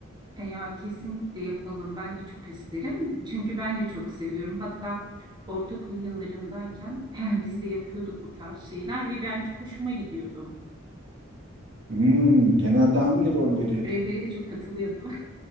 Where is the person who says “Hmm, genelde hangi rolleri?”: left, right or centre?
Right